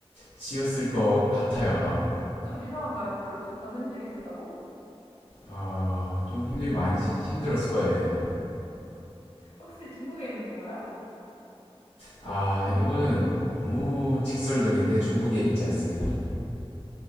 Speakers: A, on the left; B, on the left.
A: 지었을 것 같아요 아마.
B: 좀 유명한가요? 그걸로 좀 완전 힘들게 지었다고?
A: 아좀 힘들게 많이 힘들었을 거예요 얘는.
B: 혹시 중국에 있는 건가요?
A: 아 이거는 너무 직설적인데 중국에 있지 않습니다.